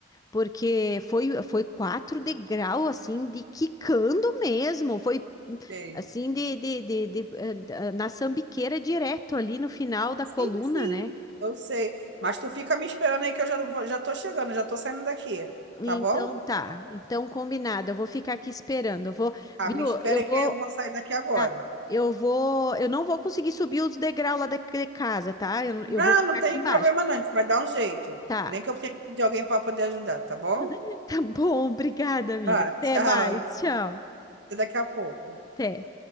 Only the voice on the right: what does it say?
Sei.
Sim,
sim,
eu sei. Mas tu fica me esperando aí que eu já, vou- já tô chegando, já tô saindo daqui.
Tá bom?
Ah,
me espera
aí
que eu vou sair daqui agora.
Não,
não tem
problema não, a gente vai dar um jeito.
Nem que eu tenha que pedir alguém para poder ajudar, tá bom?
Tá, <laughs>
tchau.
Até daqui a pouco.